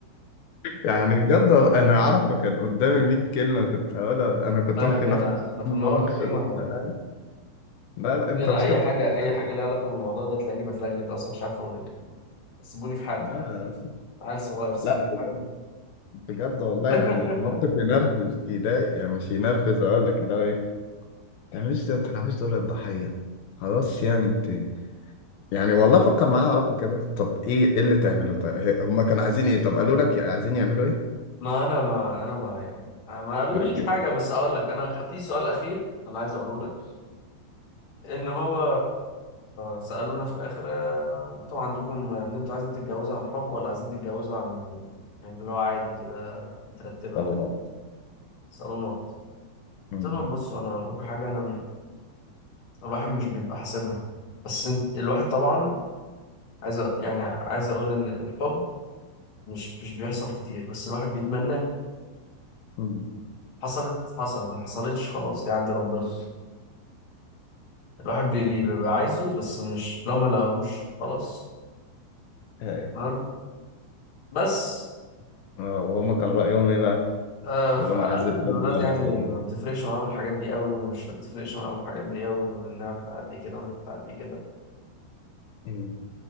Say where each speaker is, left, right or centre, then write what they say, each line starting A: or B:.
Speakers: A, on the left; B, on the left.
A: يعني بجد وال- انا اعرف كان قدامي 100 كلمه كنت هقولها انا كنت
B: لا
A: ممكن
B: يا ابني
A: افتح
B: أنا أنا في
A: المناقشه
B: المواقف دي
A: دي
B: ما
A: لا لا لا انت
B: يعني
A: مش
B: أنا أي
A: كده
B: حاجة
A: بتاكل
B: أي
A: أهل.
B: حاجة ليها علاقة بالموضوع ده تلاقيني بتلجلج أصلا مش عارف أقول إيه سيبوني في حالي
A: لا
B: عيل صغير سيبوني
A: لا
B: في
A: بجد
B: حالي
A: بجد والله
B: <laughs>
A: يعني موقف ينرفز يضايق يعني مش ينرفز اقول لك ده ايه ما تعمليش ده ما تلعبيش دور الضحيه خلاص يعني انت يعني والله فكر معايا اعرفه كده طب ايه إيه اللي تعمله طيب هم كانوا عايزين ايه طب قالوا لك عايزين يعملوا إيه؟
B: ما أنا ما أنا ما يعني ما قالوليش
A: مركز
B: حاجة بس أقول لك أنا خ- في سؤال أخير أنا عايز أقوله لك ان هو سألونا في الاخر آه، انتوا عندكم ان انتوا عايزين تتجوزوا عن حب ولا عايزين تتجوزوا عن يعني اللي هو عادي كده مترتبة
A: طب نقط
B: صالونات
A: مم.
B: قلت لهم بصوا انا اقول لكم حاجة انا م- الواحد مش بيبقى حاسبها بس انت الواحد طبعا عايز أ- يعني عايز اقول ان الحب مش مش بيحصل كتير بس الواحد بيتمنى
A: مم.
B: حصلت حصلت ما حصلتش خلاص دي عند ربنا الواحد بي- بي- بيبقى عايزه بس مش لو ما لقاهوش خلاص
A: هاي
B: تمام بس
A: آه، وهم كان رأيهم ايه بقى
B: آه،
A: كلهم
B: فقال
A: عايز الحب
B: إن الولاد
A: ولا
B: يعني
A: صالون
B: ما بتفرقش معاهم الحاجات دي قوي ومش بتفرقش معاهم الحاجات دي قوي وانها بتعدي كده ومش بتعدي كده
A: مم.